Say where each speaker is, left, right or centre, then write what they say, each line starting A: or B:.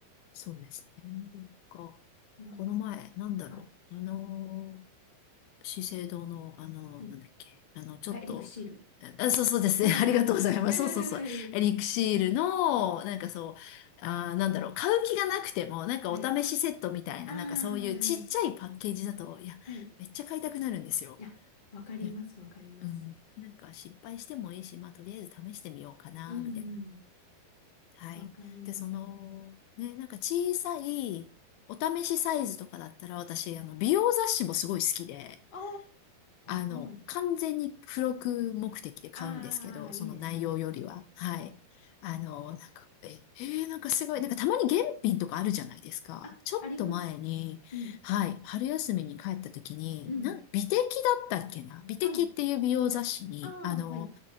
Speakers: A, on the left (about 80°); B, on the left (about 20°).
A: そうですね。なんか、
B: なんか、
A: この前、なんだろう。
B: はい。
A: あのー、資生堂の、あのー、
B: はい。
A: なんだっけ。あの、ちょっと、
B: あ、エリクシール。
A: あ、そうそうですね。
B: はい。
A: <laughs> ありがとうございます。
B: <laughs>
A: そうそうそう。エリクシールの、なんかそう、あー、なんだろう。買う気がなくても、なんかお試しセットみたいな、
B: はい。ああ、
A: なんかそういうちっちゃいパッケージだと、いや、
B: はい。
A: めっちゃ買いたくなるんですよ。
B: あ、わかります、
A: ね、
B: わかります。
A: うん、なんか失敗してもいいし、まあとりあえず試してみようかな、
B: うんうん、
A: みたいな。はい。
B: わかります。
A: で、その、ね、なんか小さいお試しサイズとかだったら私、あの、美容雑誌もすごい好きで、
B: あ
A: あの、
B: あ、はい。
A: 完全に付録目的で買うんですけど、
B: ああ、いいですね。
A: その内容よりは。はい。あの、なんか、え、えーなんかすごい、なんかたまに現品とかあるじゃないですか。
B: あ、
A: ちょっと前に、
B: あります。うん、
A: はい、春休みに帰った時に、
B: うん。
A: なん、美的だったっけな美的っていう美容雑誌に、
B: はい。ああ、
A: あの、
B: はい。